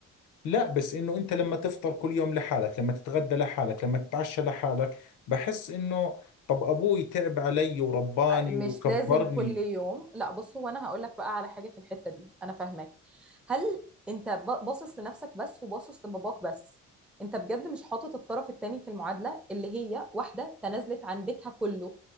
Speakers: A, on the left; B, in the centre.
A: لا بس انه انت لما تفطر كل يوم لحالك لما تتغدى لحالك لما تتعشى لحالك بحس انه طب ابوي تعب علي ورباني
B: مش
A: وكبرني
B: لازم كل يوم لا بص هو انا هقول لك بقى على حاجه في الحته دي انا فاهماك هل انت ب- باصص لنفسك بس وباصص لباباك بس انت بجد مش حاطط الطرف التاني في المعادله اللي هي واحده تنازلت عن بيتها كله